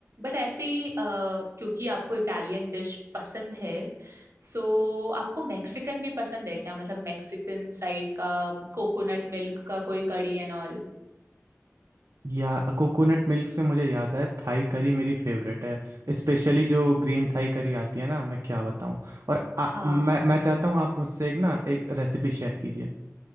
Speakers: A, on the right; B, on the right.
A: बट ऐसे ही अ, क्योंकि आपको इटालियन डिश पसंद है सो आपको मैक्सिकन भी पसंद है क्या मतलब मैक्सिकन साइड का कोकोनट मिल्क का कोई कड़ी एंड ऑल
B: या कोकोनट मिल्क से मुझे याद आया थाई करी मेरी फेवरेट है स्पेशली जो ग्रीन थाई करी आती है ना मैं क्या बताऊँ और आ,
A: हाँ
B: मैं मैं चाहता हूँ आप मुझसे एक ना एक रेसिपी शेयर कीजिए